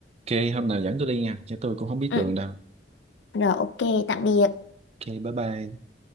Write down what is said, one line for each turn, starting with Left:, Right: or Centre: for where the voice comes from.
Right: ok hôm nào dẫn tôi đi nha chứ tôi cũng không biết
Left: ừ.
Right: đường đâu
Left: rồi ok tạm biệt
Right: ok bye bye